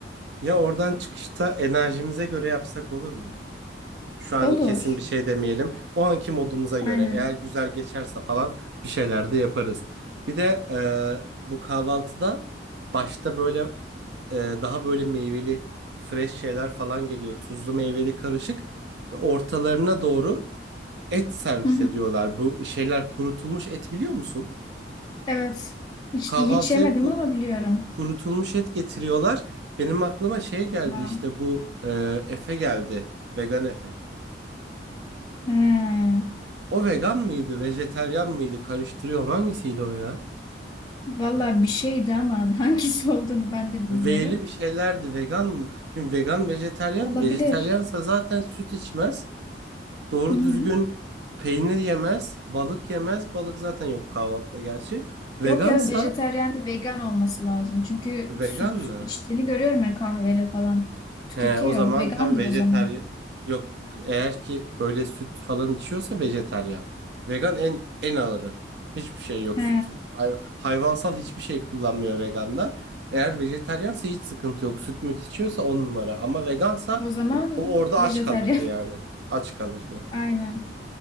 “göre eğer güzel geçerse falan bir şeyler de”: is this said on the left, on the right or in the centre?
Right